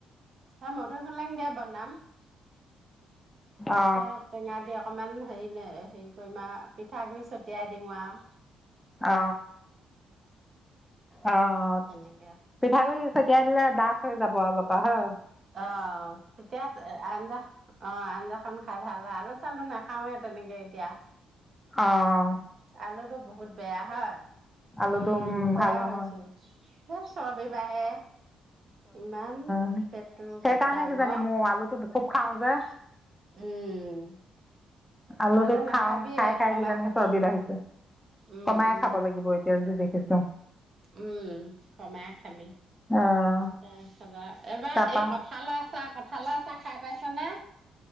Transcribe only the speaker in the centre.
অ
অ-অ অ-অ
পিঠাগুৰি চ- চতিয়াই দিলে ডাঠ হৈ যাব অলপ পৰা হ
অঁ।
আলুটো
ভাল নহয়
অ
সেইকাৰণে
কিজানি মোৰ আলুটো খুব খাওঁ যে
আলুটো
খাওঁ খাই খাই
কিজানি
চৰ্বি বাঢ়িছে
কমাই
খাব লাগিব এতিয়া যি দেখিছো
আহ
তাৰপা